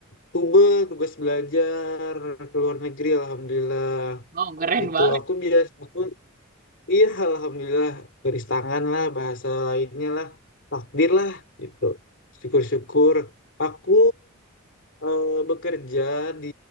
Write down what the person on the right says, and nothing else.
Oh, keren
banget.